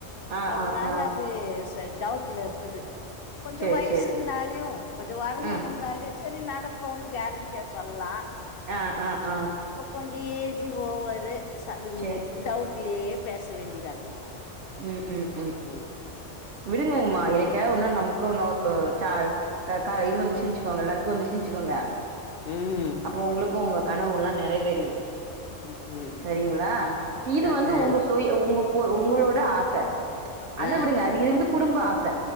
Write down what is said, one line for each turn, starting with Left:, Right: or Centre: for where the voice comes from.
Right: ஆ
Left: அதுனால
Right: ஆ ஆ
Left: அது சே டவுட்ல இருக்குது கொஞ்சம்
Right: சேரி
Left: வயசு
Right: சேரி
Left: இருந்தாலுயு கொஞ்சோ வருமானோ
Right: ம்
Left: இருந்தாலயு சேரி நடக்கும்னு கே கே சொல்லா
Right: ஆ ஆ ஆ
Left: கொஞ்ச ஏஜி ஓவரு ஸ அதும்
Right: சேரி
Left: டவுட்லயே பேச வேண்டியதாக்குது
Right: ம் ம்
Left: ம் ம்
Right: விடுங்கங்கம்மா என்னக்கியா ஒரு நாள் நமக்கு ஒன்ன ஒரு சா ஆ கா இது வந்துச்சு வெச்சுக்கோங்கல்லே இப்போ வந்துச்சுன் வச்சுக்கோங்க
Left: ம்
Right: அப்போ உங்களுக்கு உங்க கனவுல்லா நெறைவேறிரும்
Left: ம் ம்
Right: செரிங்களா இது
Left: அ
Right: வந்து
Left: அ
Right: உங்க ஸ்கூ போய் உங்க போ உங்களோட ஆச அத
Left: அ
Right: விடுங்க அது இது வந்து குடும்ப ஆச